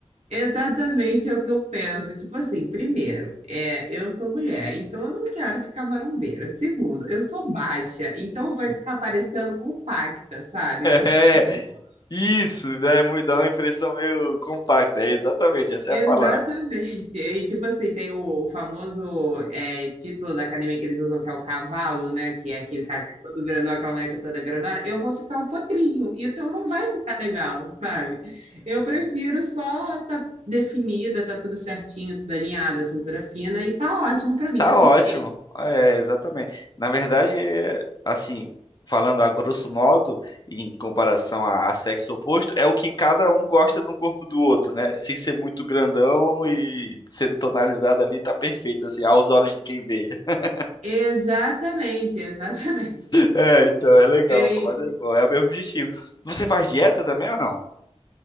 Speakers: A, on the right (about 80°); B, on the left (about 35°).
A: Exatamente é o que eu penso. Tipo assim, primeiro, é, eu sou mulher, então eu não quero ficar marombeira. Segundo, eu sou baixa, então vai ficar parecendo compacta, sabe? Vai
B: É,
A: ficar tipo,
B: isso, né? mu- Dá uma impressão meio compacta. É exatamente, essa é
A: Exatamente.
B: a palavra.
A: E tipo assim, tem o, famoso é, título da academia que eles usam, que é o cavalo, né? Que é aquele cara que é todo grandão, aquela mulher que é toda grandona. Eu vou ficar o potrinho, então não vai ficar legal, sabe? Eu prefiro só tá definida, tá tudo certinho, tudo alinhado, a cintura fina, e tá ótimo pra mim,
B: Tá
A: tá perfeito.
B: ótimo. É, exatamente. Na verdade, é, assim, falando a grosso modo, em comparação a, a sexo oposto, é o que cada um gosta no corpo do outro, né? Sem ser muito grandão e sendo tonalizado ali, tá perfeito, assim, aos olhos de quem vê. <laughs>
A: Exatamente, exatamente.
B: É, então, é legal,
A: Tem,
B: pô, mas é bom, é o mesmo objetivo. Você faz dieta também ou não?